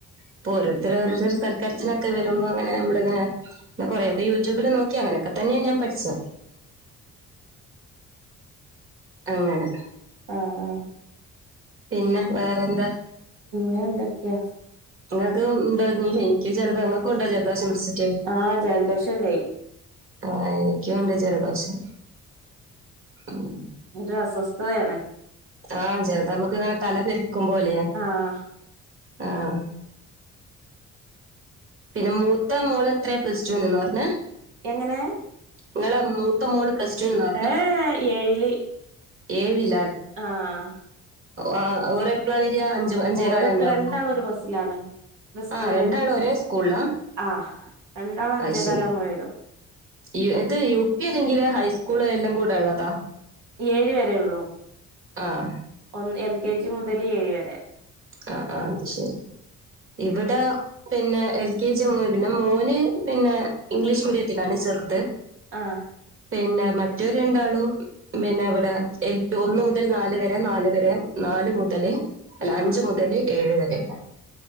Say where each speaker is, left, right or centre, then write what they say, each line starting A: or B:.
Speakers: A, on the right (about 45°); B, on the right (about 85°).
A: അപ്പൊ ഓരോരര്ത്തരോരോരുത്തര് സൽ കര്ച്ച്ലൊക്കെ വരുമ്പോ അങ്ങനെ നമ്മളിങ്ങനെ പിന്നെ കൊറേയൊക്കെ യൂട്യൂബില് നോക്കി അങ്ങനൊക്കെ തന്നെയാ ഞാൻ പഠിച്ചത്. <inaudible> അങ്ങനെ
B: ആഹ്
A: പിന്നെ, വേറെന്താ
B: ഞാൻ എന്താക്ക്യ
A: ഇങ്ങൾക്ക് ഉണ്ടോ, <inaudible> ഇൻക് ചെലത് ഇങ്ങൾക്കുണ്ടോ ജലദോഷം പിടിച്ചേ
B: ആഹ് ജലദോഷണ്ട്.
A: ആഹ് എനിക്കുണ്ട് ജലദോഷം. ഹ്മ്മ്
B: ഒരു അസ്വസ്ഥതയാണ്.
A: ആഹ് ചെലതമ്മക്കിങ്ങനെ തല പെരുക്കുമ്പോലെയാ,
B: ആഹ്
A: ആഹ് പിന്നെ മൂത്ത മോള് എത്രയാ പ്ലസ്ടുന് ന്നാ പറഞ്ഞെ
B: എങ്ങനെ?
A: ഇങ്ങളെ മൂത്ത മോള് പ്ലസ് ടുന്ന്
B: ഏഹ്, ഏഴില്.
A: ഏഴിൽ.
B: ആഹ്
A: ആഹ് ഓരെപ്പള വര്യാ അഞ്ച് അഞ്ചേ
B: ഓരൊക്കെ
A: കാലെന്നെയാവോ
B: രണ്ടാളും ഒരു ബസ്സിലാണ് സ്കൂളില്
A: ആഹ് രണ്ടാളും ഒരെ സ്കൂള്ലാ
B: ആഹ് രണ്ടാളും അഞ്ചേകാല്
A: അത് ശെരി.
B: ആകുമ്പോ വരും
A: ഇ എത്ത യു പി അല്ലെങ്കില് ഹൈസ്കൂള് എല്ലംകൂടെ ഉള്ളതാ
B: ഏഴ് വരെ ഒള്ളൂ.
A: ആഹ്
B: ഹ്മ്മ്, എൽ. കെ. ജി മുതല് ഏഴ് വരെ.
A: ആഹ് ആഹ്, അത് ശെരി. ഇവിട പിന്നെ എൽ. കെ. ജി മുതല്, പിന്നെ മോന് പിന്നെ ഇംഗ്ലീഷ് മീഡിയത്തിലാണ് ചേ ചേർത്തെ
B: ആഹ്.
A: പിന്നെ മറ്റൊര് രണ്ടാളും പിന്നെ ഇവിടെ എൽ പി, ഒന്ന് മുതൽ നാല് വരെ, നാല് വരെ നാ നല് മുതല്, അല്ല
B: ആഹ്
A: അഞ്ച് മുതല് ഏഴ് വരെയുള്ള.